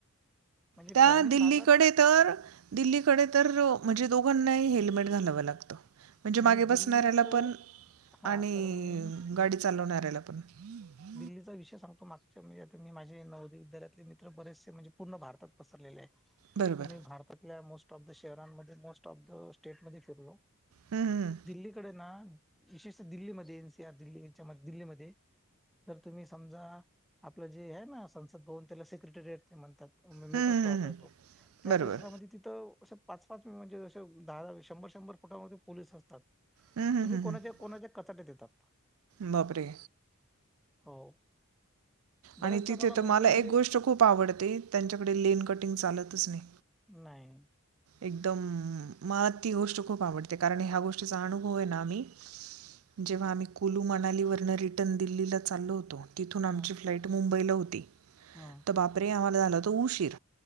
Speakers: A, in the centre; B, on the right.
A: म्हणजे
B: त्या
A: ग्रामीण
B: दिल्लीकडे
A: भागात
B: तर दिल्लीकडे तर म्हणजे दोघांनाही हेल्मेट घालावं लागतं म्हणजे
A: मी
B: मागे
A: दिल्लीच
B: बसणाऱ्याला पण
A: हा
B: आणि
A: तर मी
B: गाडी चालवणाऱ्याला पण हम्म
A: दिल्लीचा विषय सांगतो मागच्या म्हणजे आता मी माझे नवोय विद्यालतले मित्र बरेचसे म्हणजे पूर्ण भारतात पसरले हाय.
B: बरोबर.
A: तर मी भारतातल्या मोस्ट ऑफ द शहरांमध्ये मोस्ट ऑफ द स्टेटमध्ये फिरलो.
B: हं, हं, हं.
A: दिल्लीकडे ना विशेषत दिल्लीमध्ये एनसीआर दिल्ली यांच्या दिल्लीमध्ये तर तुम्ही समजा आपलं जे आहे ना संसद भवन त्याला सेक्रेटरियट ते म्हणतात. मेट्रो
B: हं, हं,
A: स्टॉप
B: हं. हं.
A: आहे तो त्या
B: बरोबर.
A: परिसरामध्ये तिथं असे पाच पाच मी म्हणजे ज दहा शंभर शंभर फुटामध्ये पोलीस असतात.
B: हं, हं,
A: तुम्ही
B: हं,
A: कोणाच्या
B: हं.
A: कोणाच्या कचाट्या देतात.
B: बापरे!
A: हो. बऱ्याचदा
B: आणि तिथे
A: मुंबईमध्ये
B: तर मला एक गोष्ट खूप आवडते त्यांच्याकडे लेन कटिंग चालतच नाही.
A: नाही.
B: एकदम मला ती गोष्ट खूप आवडते कारण ह्या गोष्टीचा अनुभव आहे ना आमी जेव्हा आम्ही कुलू मनाली वर्ण रिटर्न दिल्लीला चाललो होतो तिथून आमची
A: हां,
B: फ्लाईट मुंबईला होती
A: हां,
B: तर बापरे! आम्हाला झाला होत उशीर